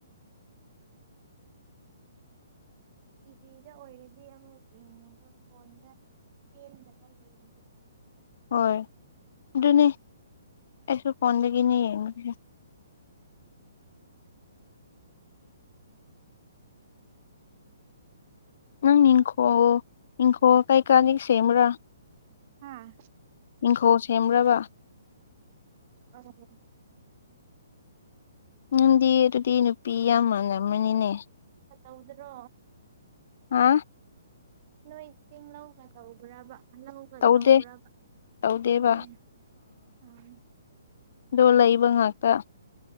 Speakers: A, on the right; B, on the left.
A: ꯇꯤꯚꯤꯗ ꯑꯣꯏꯔꯗꯤ ꯑꯃꯨꯛ ꯌꯦꯡꯅꯤꯡꯕ ꯐꯣꯟꯗ ꯄꯦꯟꯗꯕ ꯌꯦꯡ
B: ꯍꯣꯏ ꯑꯗꯨꯅꯦ ꯑꯩꯁꯨ ꯐꯣꯟꯗꯒꯤꯅꯤ ꯌꯦꯡꯕꯁꯦ ꯎꯪ ꯏꯪꯈꯣꯜ ꯏꯪꯈꯣꯜ ꯀꯩꯀꯥꯅꯤ ꯁꯦꯝꯕ꯭ꯔꯥ
A: ꯍꯥꯥ
B: ꯏꯪꯈꯣꯜ ꯁꯦꯝꯕ꯭ꯔꯥꯕ
A: ꯑꯡ
B: ꯅꯪꯗꯤ ꯑꯗꯨꯗꯤ ꯅꯨꯄꯤ
A: ꯅꯣꯏ
B: ꯌꯥꯝ ꯃꯥꯟꯂꯝꯃꯅꯤꯅꯦ
A: ꯇꯧꯗ꯭ꯔꯣ
B: ꯍꯥ
A: ꯅꯣꯏ ꯇꯤꯡ ꯂꯧꯅ ꯇꯧꯕ꯭ꯔꯕ ꯂꯎꯒ
B: ꯇꯧꯗꯦ
A: ꯇꯧꯕ꯭ꯔꯕ
B: ꯇꯧꯗꯦꯕ
A: ꯇꯧꯗꯦ ꯑꯥ
B: ꯑꯗꯣ ꯂꯩꯕ ꯉꯥꯛꯇ